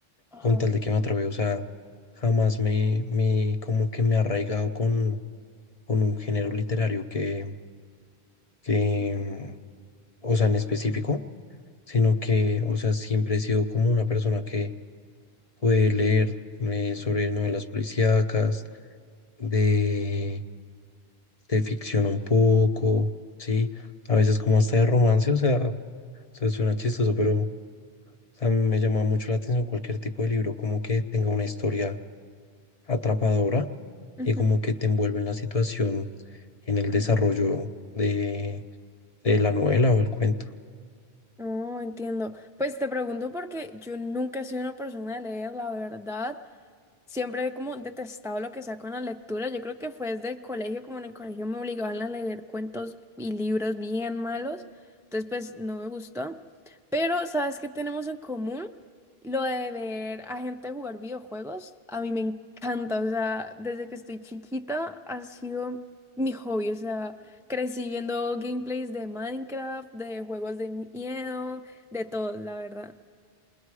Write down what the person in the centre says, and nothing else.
Ajá.
Ujú.
No, entiendo. Pues te pregunto porque yo nunca he sido una persona de leer, la verdad. Siempre he como detestado lo que sea con la lectura. Yo creo que fue desde el colegio, como en el colegio me obligaban a leer cuentos y libros bien malos. Entonces, pues no me gustó. Pero, ¿sabes qué tenemos en común? Lo de ver a gente jugar videojuegos. A mí me encanta. O sea, desde que estoy chiquita ha sido mi hobby. O sea, crecí viendo gameplays de Minecraft, de juegos de miedo, de todo, la verdad.